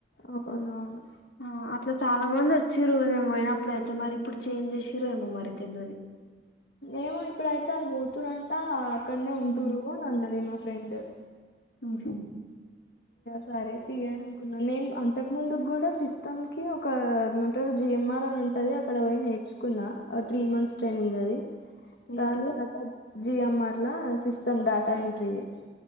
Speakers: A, on the left; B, on the left.
A: అవునవును
B: ఆ అట్లా చాలా మంది వచ్చిరు నేన్ పోయినప్పుడుయితే మరి ఇప్పుడు చేంజ్ చేసిరేమో మరి తేల్వది
A: ఏమో ఇప్పుడైతే ఆలూ పోతురంటా అక్కడనే ఉంటూరు
B: ఉమ్
A: అనినది మా రెండు
B: మ్మ్ హు
A: సరే తీయని అనుకున్నాను నేను అంతకు ముందు కూడా సిస్టమ్ కి ఒక ఎం అంటారు జిఎంఆర్ అని ఉంటది అక్కడ పోయి నేర్చుకున్నా త్రీ మంత్స్ ట్రైనింగ్ అది
B: ఏంటిది
A: దాన్ తర్వాత జిఎంఆర్లా సిస్టమ్ డేటా ఎంట్రీది